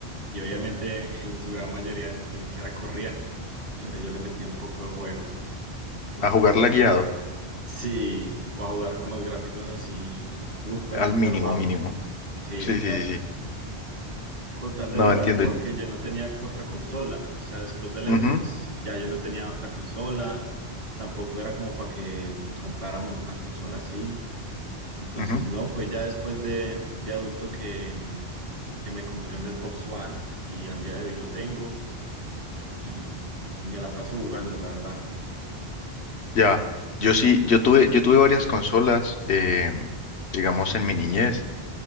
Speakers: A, on the right (about 60°); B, on the left (about 75°).
A: Y obviamente <laughs> en su gran mayoría ni siquiera corrían, pero yo le metía un poco de juegos. Entonces,
B: a jugarla guiado,
A: sí, o a jugar con los gráficos así súper,
B: al
A: súper
B: mínimo,
A: bajos.
B: mínimo.
A: Sí,
B: Sí,
A: exacto.
B: sí, sí, sí.
A: Con tal
B: No
A: de jugar,
B: entiendo.
A: porque yo no tenía otra consola. O sea, después del
B: Ujú,
A: Xbox, ya yo no tenía otra consola. Tampoco era como para que compráramos una consola así. Entonces,
B: ujú.
A: no, fue ya después de, de adulto que, mm, que me compré un Xbox One y al día de hoy lo tengo y, y me la paso jugando, la verdad.
B: Ya, yo sí, yo tuve, yo tuve varias consolas, eh, digamos, en mi niñez.